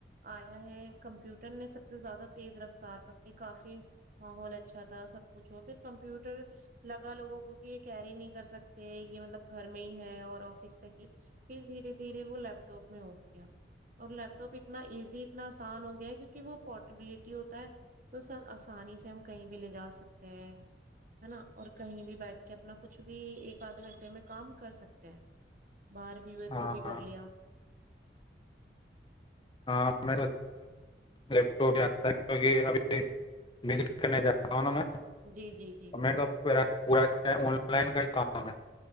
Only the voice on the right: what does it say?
آیا ہے کمپیوٹر نے سب سے زیادہ تیز رفتار پکڑی کافی ماحول اچھا تھا سب کچھ ہو پھر کمپیوٹر لگا لوگوں کو کہ یہ کیری نہیں کر سکتے یہ مطلب گھر میں ہی ہے اور آفس پھر دھیرے دھیرے وہ لیپ ٹاپ میں ہو گیا اور لیپ ٹاپ اتنا ایزی اتنا آسان ہو گیا ہے کیونکہ وہ پورٹیبلٹی ہوتا ہے تو سب آسانی سے ہم کہیں بھی لے جا سکتے ہیں نا اور کہیں بھی بیٹھ کے اپنا کچھ بھی ایک آدھ گھنٹے میں کام کر سکتے ہیں <unintelligible> باہر بھی ہوئے
تو بھی
کر لیا
جی جی جی
جی